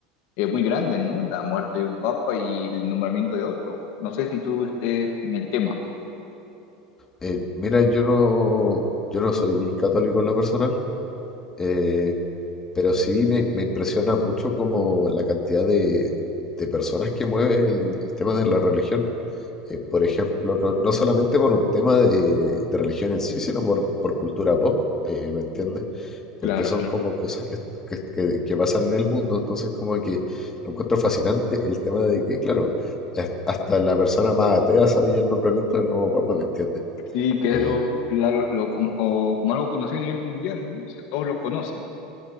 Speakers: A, on the left; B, on the left.
A: eh, muy grande, ¿no? La muerte de un papa y el nombramiento de otro. No sé si tú estés en el tema.
B: Eh, mira, yo no, yo no soy católico en lo personal, eh, pero sí me, me impresiona mucho como la cantidad de, de personas que mueve el el tema de la religión. eh, por ejemplo, no, no solamente por un tema de, de religión en sí, sino por, por cultura pop, eh, ¿me entiendes? Porque
A: Claro,
B: son
A: claro.
B: como cosas que, que, que- que pasan en el mundo, entonces como que lo encuentro fascinante el tema de que, claro, has- hasta la persona más atea sabía el nombramiento del nuevo papa, ¿me entiendes?
A: Sí, que
B: Eh,
A: es lo, la- lo- como, como- como algo conocido a nivel mundial, ¿no? O sea, todos lo conocen.